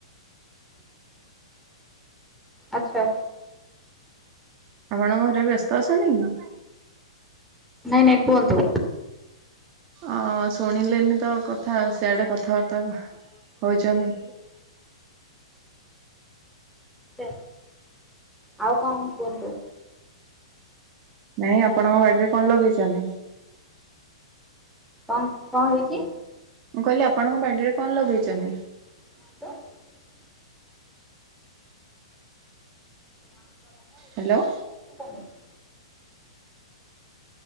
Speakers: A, in the centre; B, on the right (about 35°).
A: ଆଚ୍ଛା।
B: ଆପଣ ଘରେ ବ୍ୟସ୍ତ ଅଛନ୍ତି କି।
A: ନାଇଁ ନାଇଁ କୁହନ୍ତୁ।
B: ଅ ଶୁଣିଲେନି ତ କଥା ସିଆଡ଼େ କଥାବାର୍ତ୍ତା ହଉଛନ୍ତି।
A: ସେ ଆଉ କଣ କୁହନ୍ତୁ।
B: ନାଇଁ ଆପଣଙ୍କ ବାଡ଼ିରେ କଣ ଲଗେଇ ଚନି।
A: କଁ କଁ ହେଇଛି।
B: ମୁଁ କହିଲି ଆପଣଙ୍କ ବାଡ଼ିରେ କଣ ଲଗେଇଚନ୍ତି।
A: <unintelligible> <unintelligible>
B: ହାଲୋ।
A: <inaudible>